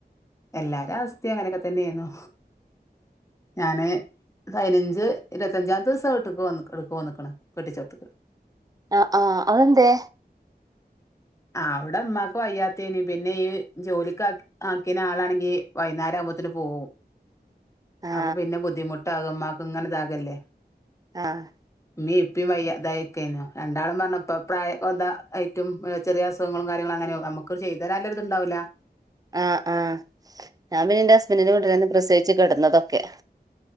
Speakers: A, on the left; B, on the right.
A: എല്ലാരും അവസ്ഥേ അങ്ങനെയൊക്കെ തന്നേയിരുന്നു ഞാന് പതിനഞ്ച് ഇരുത്തഞ്ചാം ദിവസം വീട്ടിക്ക് വന്നിക്കണ് ഇവിടുക്ക് വന്നിക്കണ് കെട്ടിച്ചോടത്തിക്ക്
B: ആഹ് ആഹ് അതെന്തേ
A: ആഹ് അവിടിമ്മാക്ക് വയ്യാത്തേന് പിന്നെ ഈ ജോലിക്കാ ആക്കിനെ ആളാണെങ്കി വൈകേരം ആകുമ്പോത്തേന് പോകും.
B: ആ
A: അപ്പൊ പിന്നെ ബുദ്ധിമുട്ട്കമാക്ക് ഇങ്ങനെ ഇതാകല്ലേ
B: ആഹ്
A: ഇമ്മീ ഇപ്പും വയ്യ അതായിക്കു രണ്ടാളും പറഞ്ഞപ്പ പ്രായംന്താ ഏറ്റും ചെറിയ അസുഖും കാര്യങ്ങളങ്ങനെ നുക്ക ചെയ്താും നല്ലും ഇണ്ടാവൂല.
B: ആഹ് ആഹ് ഞാൻ പിന്നെ എന്റെ ഹസ്ബൻറിന്റെ കൂട്ടിൽ തന്നെ പ്രസയിച്ചു കിടുന്നതൊക്കെ